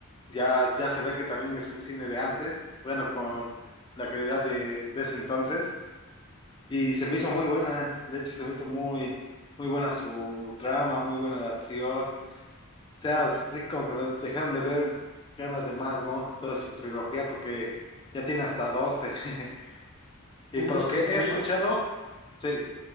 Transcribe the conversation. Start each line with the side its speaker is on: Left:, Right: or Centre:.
Left: Ya, ya se ve que también es un cine de antes, bueno, con la calidad de, de ese entonces. Y se me hizo muy buena, de hecho se me hizo muy, muy buena su trama, muy buena la acción. sea, sí como que me dejaron de ver ganas de más, ¿no? Toda su trilogía porque ya tiene hasta doce <laughs> Y
Right: Uy,
Left: por lo que
Right: ¿en
Left: he
Right: serio?
Left: escuchado, sí,